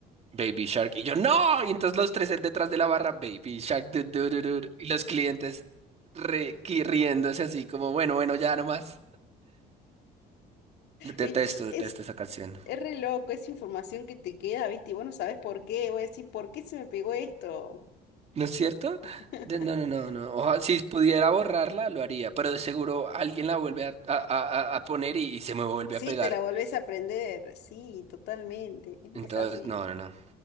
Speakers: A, on the right; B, on the left.
A: Baby Shark. Y yo, no. Y entonces los tres detrás de la barra, Baby Shark. du- du- du- du", du. y los clientes re- qui- riéndose así como, bueno, bueno, ya nomás.
B: Viste,
A: Detesto,
B: es, es,
A: detesto esa canción.
B: es re loco, es información que te queda, viste, y vos no sabés por qué. Voy a decir, ¿por qué se me pegó esto?
A: ¿No es cierto?
B: <laughs>
A: De- no, no, no, no. Oja- si pudiera borrarla, lo haría, pero de seguro alguien la vuelve a, a- a- a poner y, y se me vuelve
B: Sí,
A: a pegar.
B: te la volvés a aprender. Sí, totalmente.
A: Entonces,
B: Es así.
A: no, no, no.